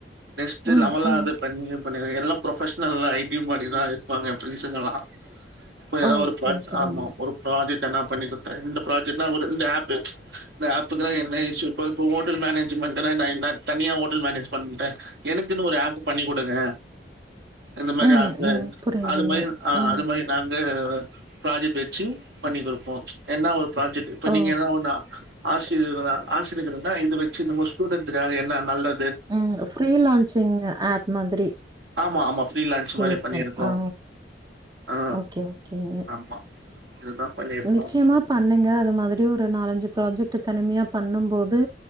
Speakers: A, on the right; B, on the right.
A: நெக்ஸ்ட்
B: ம்,
A: லெவலா
B: ம்.
A: அத பண்ணி எல்லா ப்ரொஃபஷனல் ஐ டி மாரிதா இருப்பாங்க எ ஃப்ரெண்ட்ஸ்ங்கலா இப்ப எதோ
B: ஓ!
A: ஒரு ப்ராஜ்
B: சரி, சரிங்க.
A: ஆமா ஒரு ப்ராஜக்ட் எதனா பண்ணி குடுத்துரு இந்த ப்ராஜ் தின்னா ஒரு இந்த ஆப்பு இந்த ஆப்புக்கலா என்ன இஸ்யூ ப்ப இப்ப ஹோட்டல் மேனேஜ்மென்ட்னா நா என்ன தனியா ஹோட்டல் மேனேஜ் பண்ற எனக்குனு ஒரு ஆப் பண்ணி கு டுங்க இந்த மாரி
B: ம்,
A: ஆப்பு
B: ம். புரியுதுங்க.
A: அது மாரி ஆ
B: ம்.
A: அது மாரி நாங் து ப்ராஜெக்ட் வச்சு பண்ணி குடுப்போ என்ன ஒரு ப்ராஜக்ட் இப்ப
B: ஓ!
A: நீங்க எத ஒண்ணா ஆஸ்ரியர்களா ஆசிரியர்களந்தா இது வெச்சி நம்ம ஸ்டூடெண்ட்டுக்காக என்னா நல்ல
B: ம் ஃப்ரீ லான்சிங்க ஆப் மாத்ரி
A: ஆமா ஆமா ஃப்ரீலான்ஸ்
B: கேட்டன்
A: மாரி பண்ணிருக்கோ
B: ஆ
A: ஆ
B: ஓகே ஓகேங்க
A: ஆமா இதுதா பண்ணிருக்கோ
B: நிச்சயமா பண்ணுங்க அத மாதிரி ஒரு நாலஞ்சு ப்ராஜெக்ட்டு தனிமையா பண்ணம் போது